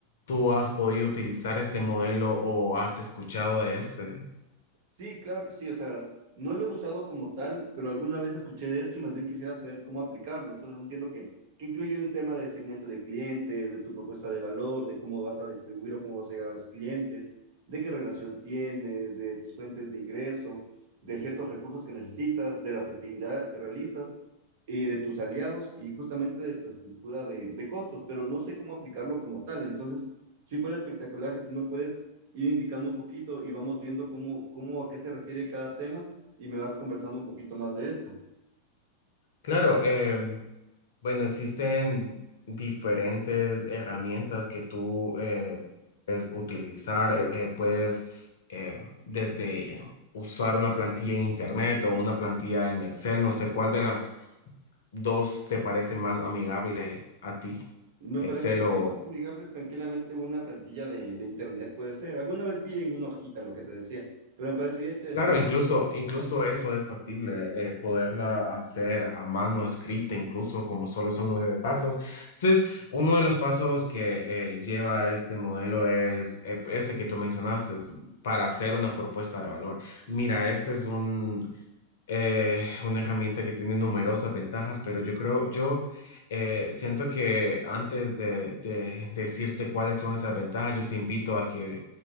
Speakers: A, on the left; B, on the right.
A: tú has podido utilizar este modelo o has escuchado de este?
B: Sí, claro que sí, o sea, verás, no lo he usado como tal, pero alguna vez escuché de esto y más bien quisiera saber cómo aplicarlo. Entonces entiendo que, que incluye un tema de segmento de clientes, de tu propuesta de valor, de cómo vas a distribuir o cómo vas a llegar a los clientes, de qué relación tienes, de tus fuentes de ingreso, de ciertos recursos que necesitas, de las actividades que realizas, y de tus aliados y justamente de tu estructura de, de costos, pero no sé cómo aplicarlo como tal. Entonces, sí fuera espectacular si tú me puedes ir indicando un poquito y vamos viendo cómo, cómo a qué se refiere cada tema y me vas conversando un poquito más de esto.
A: Claro, em, Bueno, existen diferentes herramientas que tú eh, puedes utilizar. eh, puedes eh, desde eh, usar una plantilla en Internet o una plantilla en Excel. No sé cuál de las dos te parece más amigable a ti,
B: Me
A: Excel
B: parecería
A: o
B: más amigable tranquilamente una plantilla de, de internet, puede ser. Alguna vez vi en una hojita lo que te decía, pero me parecería interesante
A: Claro, incluso, incluso eso es factible, eh, poderla hacer a mano escrita, incluso como solo son nueve pasos. Entonces, uno de los pasos que eh, lleva este modelo es eh, ese que tú mencionaste, es para hacer una propuesta de valor. Mira, este es un, eh, una herramienta que tiene numerosas ventajas, pero yo creo, yo eh, siento que antes de, de decirte cuáles son esas ventajas, yo te invito a que